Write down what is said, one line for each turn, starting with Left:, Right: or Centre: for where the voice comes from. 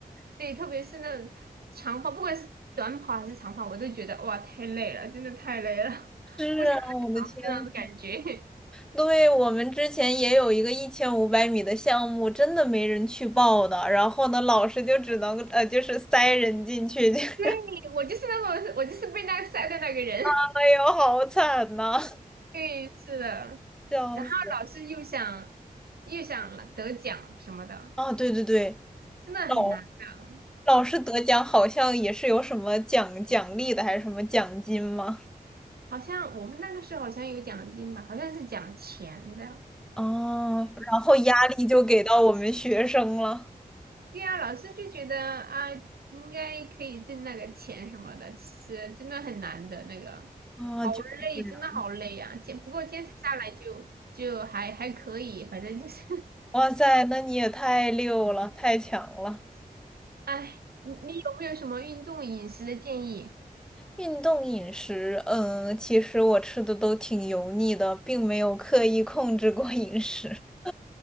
Right: 对，特别是那种长跑，不管是短跑还是长跑，我都觉得哇，太累了，真的太累了，<laughs> 是
Centre: 是啊，我的天，
Right: 那种感觉。
Centre: 对，我们之前也有一个一千五百米的项目，真的没人去报的。然后呢，老师就只能呃，就是塞人进去。<laughs>
Right: <laughs> 对我就是那个，我就是被那个晒的那个人。
Centre: 哎呦，好惨呐、
Right: <laughs> 对，是的。
Centre: 笑死！
Right: 然后老是又想又想得奖什么的，
Centre: 啊，对对对，
Right: 真的很难的。
Centre: 老老师得奖好像也是有什么奖奖励的，还是什么奖金吗？
Right: 好像我们那个时候好像有奖金吧，好像是奖钱的。
Centre: 哦，然后压力就给到我们学生了。
Right: 对呀，老师就觉得啊，应该可以挣那个钱什么的，其实真的很难的那个，
Centre: 啊，
Right: 好累，
Centre: 就是这样
Right: 真的好累啊。坚不过坚持下来就就还还可以，反正就是
Centre: 哇塞，那你也太溜了，太强了！
Right: 唉 <laughs>，你你有没有什么运动饮食的建议？
Centre: 运动饮食，嗯，其实我吃的都挺油腻的，并没有刻意控制过饮食。<laughs>